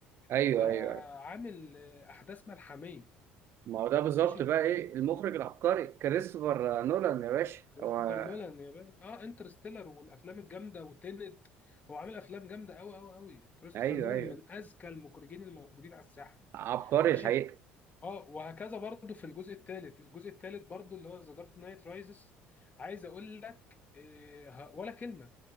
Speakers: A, on the right; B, on the left.
A: ايوه
B: انت
A: ايوه ايوه
B: عامل آه، احداث ملحميه
A: ما هو ده بالظبط
B: ماشي
A: بقى ايه المخرج العبقري كريستوفر نولان يا باشا
B: كريستوفر
A: هو
B: نولان يا باشا اه انترستيلر والافلام الجامده وتينت هو عامل افلام جامده قوي قوي قوي كريستوفر
A: ايوه
B: نولان
A: ايوه
B: من اذكى المخرجين الموجودين على الساحه
A: عبقري
B: ماشي
A: الحقيقه
B: اه وهكذا برضو في الجزء الثالث الجزء الثالث برضو اللي هو ذا دارك نايت رايزز عايز اقول لك آه، ه- ولا كلمه